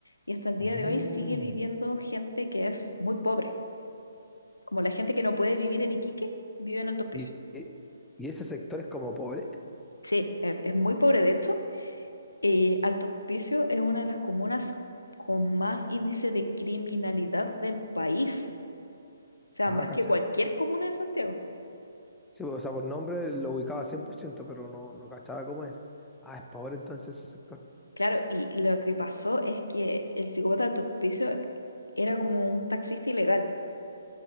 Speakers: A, on the left; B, in the centre.
A: Y hasta el
B: Mm.
A: día de hoy sigue viviendo gente que es muy pobre, como la gente que no puede vivir en Iquique, vive en Alto Hospicio.
B: ¿Y, y, y ese sector es como pobre?
A: Sí, es, es muy pobre de hecho. y Alto Hospicio es una de las comunas con más índice de criminalidad del país. sea,
B: Ah,
A: más
B: cacha.
A: que cualquier comuna de Santiago.
B: Sí, o sea, por nombre lo ubicaba 100%, pero no, no cachaba cómo es. Ah, es Power entonces ese sector.
A: Claro, y lo que pasó es que el psicópata de Hospicio era como un taxista ilegal.